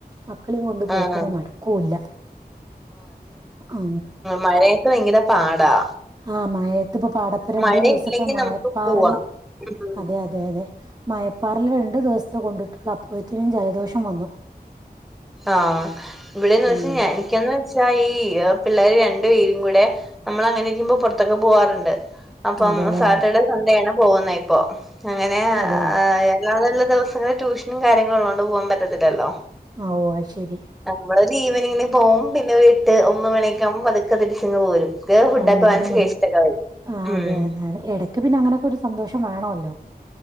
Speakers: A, on the right (about 25°); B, in the centre.
A: മക്കളും കൊണ്ട് പോക്കുന്നു
B: ആഹ്
A: നടക്കല്ല ആ
B: മഴയൊക്ക് ഭയങ്കര പാടാ
A: ആഹ മഴയത്തിപ്പൊ പാടപ്പരണ്ടു
B: മഴയില്ലെങ്കിൽ
A: ദിവസത്തെ മയപ്പാറല്
B: നമുക്ക് പോവാം ഉം
A: അതെ അതെ അതെ മയപ് പ്പാറൽ രണ്ടു ദിവസത്തെ കൊണ്ടിട്ടുള്ളു, അപ്പോയത്തിനും ജലദോഷം വന്നു
B: ആഹ് ഇവിടെന്ന്
A: ഉം
B: വെച്ച ഞാ എനിക്ക്യന്ന് ഞാ ഈ പിള്ളേര് രണ്ടു പേരും കൂടെ നമ്മളങ്ങനെ ഇരിക്കുമ്പോ പൊറത്തൊക്കെ പോവാറുണ്ട് അപ്പം,
A: അതെല്ലേ
B: സാറ്റർഡേ സൺഡേ ആണ് പോകുന്നെ ഇപ്പൊ അങ്ങനെ
A: അതെ
B: ആ എല്ലാതള്ള ദിവസങ്ങൾ ടൂഷനും കാര്യങ്ങളൂ ളേളാണ്ട് പോകാൻ പറ്റത്തില്ലലോ,
A: ആ ഓ അത് ശരി
B: അപ്പൊവടെ ലീവ് ഇങ്ങനെ പോവും. പിന്നെ ഒരു എട്ട് ഒൻപത് മണിയൊക്കെ ആകുമ്പോ പതുക്ക തിരിച്ച് ഇങ്ങ് പോരും ഫുഡൊക്കെ
A: ഉം..
B: വാങ്ങിച്ച്
A: അത് മതി
B: കഴിച്ചിട്ടൊക്കെ വരും
A: ആ
B: ഉം
A: അതെ അതെ അതെ എടക്ക് പിന്നെ അങ്ങനൊക്കൊരു സന്തോഷം വേണവല്ലോ ഫ <inaudible>